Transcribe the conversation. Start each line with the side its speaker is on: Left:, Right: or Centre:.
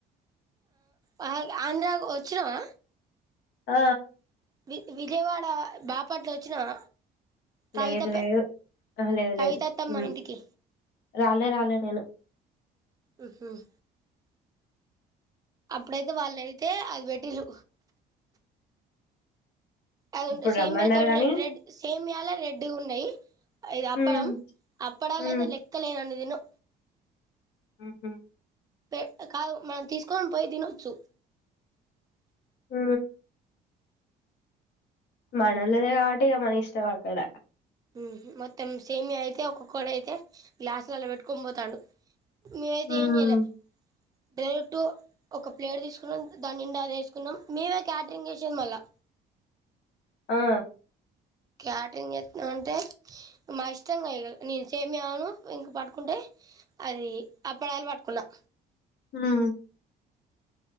Right: ఆ ఆంధ్ర వచ్చినవ
Left: ఆ
Right: వి విజయవాడ బాపట్ల వచ్చినవా కవిత
Left: లేదు
Right: ప
Left: లేదు ఆహా లేదు
Right: కవిత
Left: లేదు
Right: అత్తమ్మ
Left: హ్మ్
Right: ఇంటికి
Left: రాలే రాలే నేను
Right: మ్మ్ హ్మ్ అప్పుడైతే వాళ్ళు అయితే అది పెట్టింరు అది
Left: అప్పుడు
Right: ఉంటే సేమియా
Left: రమ్మన్నారు
Right: తోటి
Left: గాని
Right: ర రెడ్ సేమియాలే రెడ్ గా ఉన్నాయి ఇది అప్పడం
Left: హ్మ్
Right: అప్పడాల
Left: హ్మ్
Right: అయితే లెక్కలేనన్ని తిన్నాం.
Left: ఆహ
Right: పె కాదు మనం తీసుకొని పోయి తినొచ్చు
Left: ఓ మనల్లనే కాబట్టే మన ఇష్టమాక్కడ
Right: ఉహు మొత్తం సేమియా అయితే ఒక్కొక్కడు అయితే గ్లాసు లలో పెట్టుకొని పోతాండు మీమైతే
Left: హ్మ్
Right: ఏమి చేయాలె డైరెక్ట్ ఒక ప్లేట్ తీసుకున్నాం దాన్నిండా అది వేసుకున్నాం మేమే క్యాటరింగ్ చేసేంది మళ్ళా
Left: ఆ
Right: క్యాటరింగ్ చేస్తునమంటే మా ఇష్టంగా నేను సేమియాను ఇంక పట్టుకుంటే అది అప్పడలు పట్టుకున్నా
Left: హు